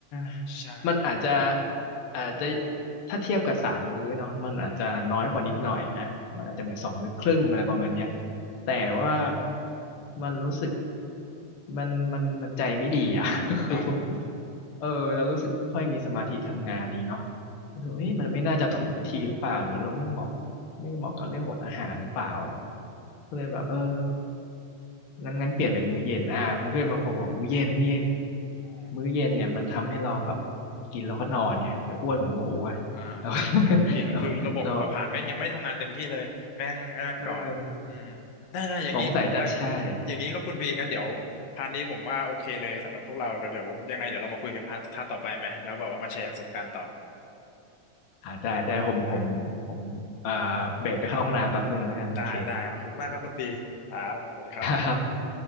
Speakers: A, on the left (about 60°); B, on the left (about 80°).
A: า
B: ใช่
A: มันอาจจะอาจจะถ้าเทียบกับสามมื้อเนาะมันอาจจะน้อยกว่านิดหน่อยอ่ะมันอาจจะเหมือนสองมื้อครึ่งอะไรประมาณเนี้ยแต่ว่า
B: ได้ได้
A: มันรู้สึกมันมันมันใจไม่ดีอ่ะ <laughs> คือ
B: ครับผม
A: เออเรารู้สึกไม่ค่อยมีสมาธิทำงานนี้เนาะรู้สึกว่าเอ๊ะมันไม่น่าจะถูกวิธีหรือเปล่าหรือเราไม่เหมาะไม่เหมาะกับเรื่องอดอาหารหรือเปล่าอะไรอย่างเงี้ยก็เลยแบบเออ
B: อืม
A: งั้นงั้นเปลี่ยนเป็นมื้อเย็นอ่าเพื่อนบางคนบอกมื้อเย็นมื้อเย็น
B: อ๋อ
A: มื้อเย็นเนี่ยมันทำให้เราแบบกินแล้วก็นอนไงเดี๋ยวอ้วนเหมือนหมูอ่ะเรา
B: อ่าจริงครับจริงแล้วคือระบบเผาผลาญแม่งยังไม่ทำงานเต็มที่เลยแม่งอันนั้นก่อนอืมได้ได้อย่างนี้เอยอยอย่างนี้ครับคุณพีงั้นเดี๋ยวพาร์ทนี้ผมว่าโอเคเลยสำหรับพวกเราเดี๋ยวเดี๋ยวยังไงเดี๋ยวเรามาคุยกันพาร์ทพาร์ทต่อไปไหมแล้วแบบว่ามาแชร์ประสบการณ์ต่อ
A: <laughs> เราเรา <laughs> เออสงสัยจะใช่อ่าได้ได้ผมผมผมเอ่อ
B: ได้
A: เบรกไปเข้าห้องน้ำแป๊บหนึ่งแล้วกันโอเค
B: ได้ได้ขอบคุณมากครับคุณพีครับผมสวัสดีครับ
A: ครับ